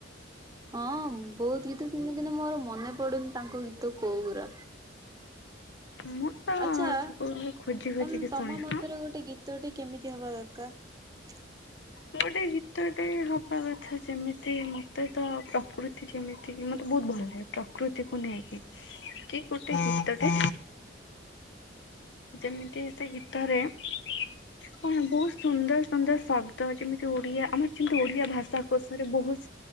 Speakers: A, on the right; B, on the left.
A: ହଁ ବହୁତ ଗୀ ଗୀତ ଶୁଣିଚି କିନ୍ତୁ ମୋର ମନେ ପଡୁନି ତାଙ୍କ ଗୀତ କୋଉଗୁରା
B: ମୁଁ ତ
A: ଆଛା
B: ସବୁବେଳେ ଖୋଜି ଖୋଜିକି
A: ତ ତମ
B: ଶୁଣେ
A: ମତରେ
B: ହଁ
A: ଗୋଟେ ଗୀତଟେ କେମିତି କି ହବା ଦରକାର
B: ଗୋଟେ ଗୀତ ଟେ ହବା କଥା ସେମିତି ମୋତେ ତ ପ୍ରକୃତି ଯେମିତି ମୋତେ ବହୁତ ଭଲ ଲାଗେ ପ୍ରକୃତିକୁ ନେଇକି କି ଗୋଟେ ଗୀତଟେ ଯେମିତି ସେ ଗୀତରେ କଣ ବହୁତ ସୁନ୍ଦର ସୁନ୍ଦର ଶବ୍ଦ ଯେମିତି ଓଡିଆ ଆମର ଯେମିତି ଓଡିଆ ଭାଷା କୋଷରେ ବହୁତ